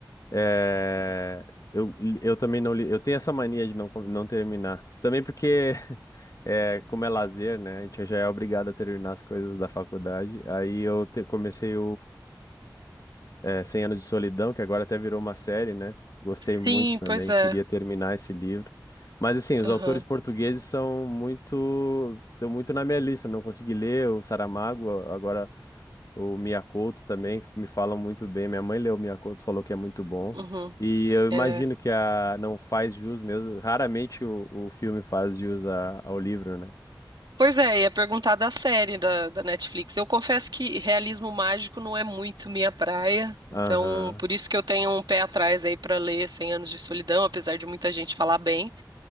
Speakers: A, on the left; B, on the right.
A: É, Eu, eu também não li. Eu tenho essa mania de não, com- não terminar. Também porque, <laughs> é, como é lazer, né? A gente já é obrigado a terminar as coisas da faculdade. Aí eu te- comecei é, 100 Anos de Solidão, que agora até virou uma série, né? Gostei muito
B: Sim,
A: também,
B: pois é.
A: queria terminar esse livro. Mas assim, os
B: Aham,
A: autores portugueses são muito, estão muito na minha lista, não consegui ler o Saramago, a- agora o Miyakoto também, que me falam muito bem. Minha mãe leu o Miyakoto, falou que é muito bom.
B: uhum,
A: E eu imagino
B: é.
A: que a não faz jus mesmo, raramente o, o filme faz jus a- ao livro, né?
B: Pois é, ia perguntar da série da, da Netflix. Eu confesso que realismo mágico não é muito minha praia, então
A: Aham,
B: por isso que eu tenho um pé atrás aí pra ler Cem Anos de Solidão, apesar de muita gente falar bem.